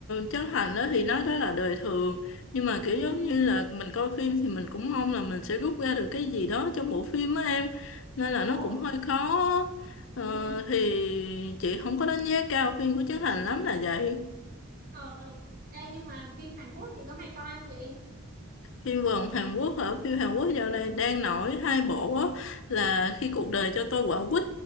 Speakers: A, on the left; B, on the right.
A: Trấn Thành đó thì nói đó là đời thường nhưng mà kiểu giống
B: ừ
A: như là mình coi phim thì mình cũng mong là mình sẽ rút ra được cái gì đó trong bộ phim á em nên là
B: đúng
A: nó cũng hơi khó Ờ,
B: ừ
A: thì chị không có đánh giá cao phim của Trấn Thành lắm là vậy
B: ờ ừ. Ê, nhưng mà phim Hàn Quốc chị có hay coi không chị
A: Phim vòng Hàn Quốc hả? Phim Hàn Quốc dạo này đang nổi hai bộ á, là Khi cuộc đời cho tôi quả quýt